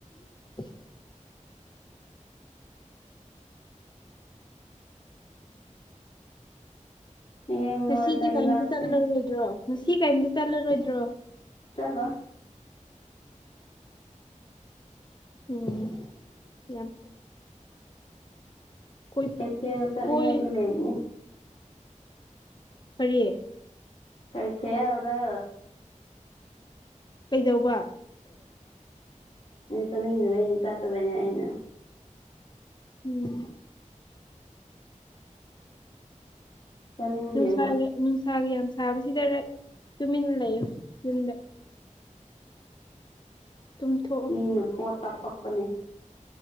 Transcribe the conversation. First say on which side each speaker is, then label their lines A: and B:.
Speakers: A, on the left; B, on the left.
A: <inaudible>
B: ꯍꯌꯦꯡ
A: ꯉꯁꯤꯗꯤ
B: ꯂꯣꯏ ꯀꯩ
A: ꯀꯔꯤꯝꯇ
B: ꯂꯥꯛꯇꯣꯏ
A: ꯆꯠꯂꯔꯣꯏꯗ꯭ꯔꯣ ꯉꯁꯤ ꯀꯔꯤꯝꯇ ꯆꯠꯂꯔꯣꯏꯗ꯭ꯔꯣ
B: ꯆꯂꯣ
A: ꯎꯝ ꯌꯥꯝ ꯀꯣꯏ
B: ꯀꯩꯊꯦꯜ ꯆꯠꯅꯤꯡꯉꯥꯏꯗꯤ
A: ꯀꯣꯏ
B: ꯂꯩꯕꯅꯦ
A: ꯐꯔꯤꯌꯦ
B: ꯀꯩꯇꯦ ꯑꯗꯨꯗ
A: ꯀꯩꯗꯧꯕ
B: ꯆꯥꯅꯤꯡꯗꯕꯩꯅꯦ ꯇꯠꯇꯕꯩꯅꯦ ꯑꯩꯅ
A: ꯎꯝ
B: ꯆꯥꯅꯤꯡꯗꯦꯕ
A: ꯅꯨꯡꯁꯥꯒꯤ ꯅꯨꯡꯁꯥꯒꯤ ꯌꯥꯝ ꯁꯥꯕꯁꯤꯗ ꯇꯨꯃꯤꯟꯅ ꯂꯩꯣ ꯌꯨꯝꯗ ꯇꯨꯝꯊꯣꯛꯑꯣ
B: ꯃꯤꯅ ꯄꯣꯠ ꯇ ꯄꯛꯄꯅꯦ